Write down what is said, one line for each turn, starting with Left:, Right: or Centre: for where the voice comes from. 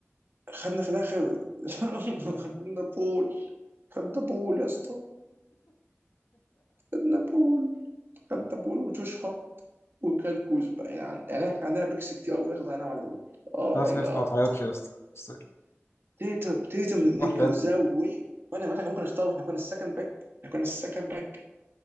Right: خدنا في الاخر <laughs> خدنا بول خدنا بول يا اسطى خدنا بول خدنا بول وجوش هارت وكال كوزبا يعني عن- يعني احنا كان عندنا بيكس كتير قوي في ضيعناهم على دول اوه
Left: خلاص
Right: ماي
Left: يا
Right: جاد
Left: اسطى ما تعيطش يا اسطى بس ما
Right: تيتم تيتم اللي
Left: تقطعش
Right: كان
Left: قلبي
Right: زوي وانا واحنا كان ممكن نختار احنا كنا السكند باك احنا كنا السكند باك